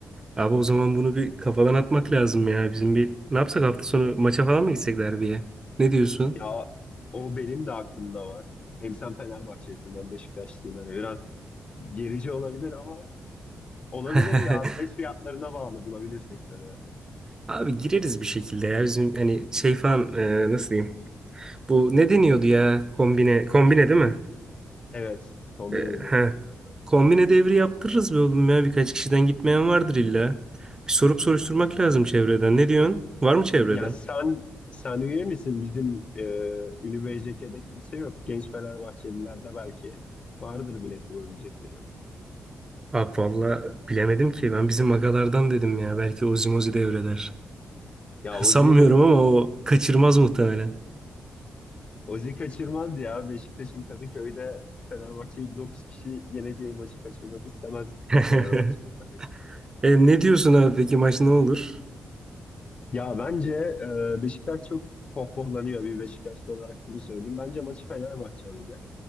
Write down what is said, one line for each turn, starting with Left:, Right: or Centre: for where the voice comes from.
Right: Abi o zaman bunu bir kafadan atmak lazım ya. Bizim bir ne yapsak hafta sonu maça falan mı gitsek derbiye? Ne diyorsun?
Left: Ya o benim de aklımda var. Hem sen Fenerbahçelisin ben Beşiktaşlıyım. Hani biraz gerici olabilir ama olabilir
Right: <laughs>
Left: ya. Bilet fiyatlarına bağlı bulabilirsek tabii.
Right: Abi gireriz bir şekilde ya. Bizim hani şey falan e, nasıl diyeyim? Bu ne deniyordu ya? Kombine. Kombine değil mi?
Left: Evet kombine
Right: E,
Left: bilet
Right: he.
Left: deniyor ona.
Right: Kombine devri yaptırırız be oğlum ya. Birkaç kişiden gitmeyen vardır illa. Bir sorup soruşturmak lazım çevreden. Ne diyorsun? Var mı çevrede?
Left: Ya sen sen üye misin? Bizim e, Ünlü BJK'de kimse yok. Genç Fenerbahçelilerde belki vardır bilet bulabilecek biri.
Right: Abi valla bilemedim ki. Ben bizim agalardan dedim ya. Belki Ozi devreler. <laughs>
Left: Ya Ozi,
Right: Sanmıyorum ama o kaçırmaz muhtemelen.
Left: Ozi kaçırmaz ya. Beşiktaş'ın Kadıköy'de Fenerbahçe'yi 9 kişi yeneceği maçı kaçırmak istemez bir
Right: <laughs>
Left: Fenerbahçeli olarak.
Right: E, ne diyorsun abi peki maç ne olur?
Left: Ya bence e, Beşiktaş çok pohpohlanıyor bir Beşiktaşlı olarak bunu söyleyeyim. Bence maçı Fenerbahçe alacak.